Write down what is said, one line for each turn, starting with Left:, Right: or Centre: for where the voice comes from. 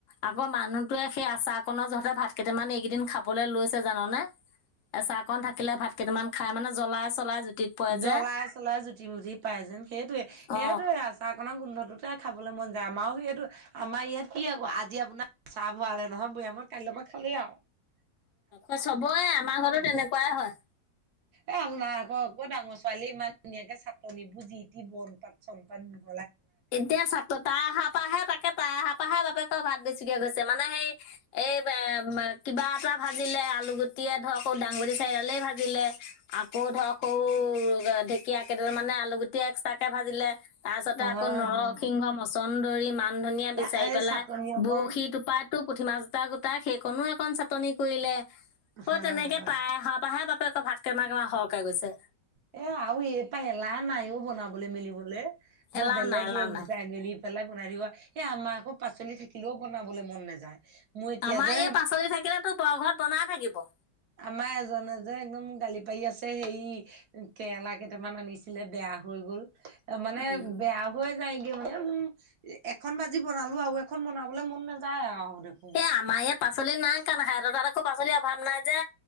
Left: আকৌ মানুহতোৱে সেই আচাৰ নৰ যহতে ভাত কেইটামান এইকেইদিন খাবলৈ লৈছে জানানে, এচাকন থাকিলে ভাত কেইটামান খাই মানে জ্বলাই চলাই জুতিত পৰে
Right: জ্বলাই
Left: যে
Right: চলাই জুতি মুঠি পাই যেন, সেইটয়ে সেইটয়ে
Left: অ
Right: আচাৰ কন গোন্ধটোত খাবলৈ মন যায়, আমাৰো সেইটো, আমাৰ ইয়াত কি আকৌ আজি আপোনাৰ চাহ ভৰালে নহয় বৈয়ামত, কাইলে পা' খাবলে মন এিয় <unintelligible>
Left: অ' চবয়ে, আমাৰ ঘৰত
Right: গ'ল।
Left: ও' তেনেকুৱাই হয়।
Right: এ' আপোনাৰ আকৌ, আকৌ ডাঙৰ ছোৱালী ইমান ধুনীয়াকে চাটনি বু জিটি বন পাত চন পাত দি
Left: এতিয়া চ তাৰ অহাৰ পৰাহে তাকে তাৰ অহাৰ পৰাাহে বাপেকৰ ভাত বেছিকে গৈছে, মানে সেই এই কিবা এটা ভাজিলে আলুগুটিয়ে ধৰক দাংবুটি চাইডালেই ভাজিলে আকৌ ধৰক সৰু ঢেকীয়া কেইডাল মানে আলু গুটি এক্সট্ৰাকে ভাজিলে তাৰপিছতে
Right: হয়
Left: আকৌ নৰসিংহ
Right: হয়
Left: মচন্দৰি মান ধনিয় বিচাৰি
Right: এই
Left: পেলাই
Right: চাটনি অকণ
Left: বৰশী টোপা টো পুঠি মাছ জোতা গোটাই, সেইকণো অকণ চাটনি কৰিলে।
Right: হা
Left: অ' তেনেকে
Right: হা।
Left: তায় আহা পৰা হে বাপেক ভাত কেমাৰমাৰ সৰহকে গৈছে।
Right: এ আৰু এইপা এলাহ নাইও বনাবলে মেলিবলে ব
Left: এলাহ
Right: বেলেগ
Left: নাই এলাহ
Right: এই গোটাই
Left: নাই
Right: মেলি পেলাই বনাই দিব এই আমাৰ আকৌ পাচলি থাকিলেও বনাবলৈ মন নাযায় মোৰ এতিয়া
Left: আমাৰ
Right: যে
Left: এই পাচলি থাকিল তো বৰ ঘৰত বনাই থাকিব
Right: আমাৰ এজ এ যে একদম গালি পাৰি আছে সেই কেৰেলা কেইটামান আনিছিলে বেয়া হৈ গল এ মানে
Left: উম
Right: বেয়া হৈ যায়গে মানে এখন ভাজি বনালো আৰু এখন বনাবলে মন নাযায় আৰু দেখোন।
Left: এ আমাৰ ইয়াত পাচলি নাই কানেহে সেঁত তাত আকৌ পাচলিৰ অভাৱ নাই যে